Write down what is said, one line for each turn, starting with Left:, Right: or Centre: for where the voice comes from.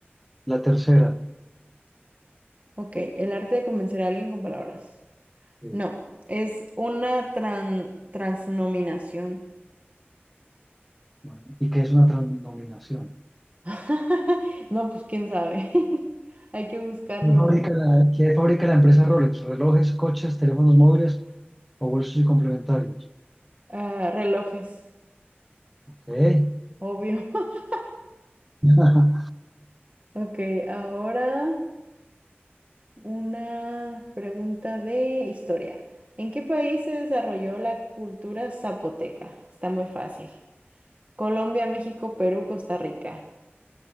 Centre: La tercera.
Right: Ok, el arte de convencer a alguien con palabras.
Centre: Sí.
Right: No, es una tran- transnominación.
Centre: Bueno, ¿y qué es una transnominación?
Right: <laughs> No, pues quién sabe. <laughs> Hay que buscarlo,
Centre: ¿Quién fabrica
Right: ¿no?
Centre: la, qué fabrica la empresa Rolex? Relojes, coches, teléfonos móviles, o bolsos y complementarios.
Right: Ah, relojes,
Centre: Ok.
Right: obvio. <laughs>
Centre: <laughs>
Right: Ok, ahora... Una pregunta de historia. ¿En qué país se desarrolló la cultura zapoteca? Está muy fácil. Colombia, México, Perú, Costa Rica.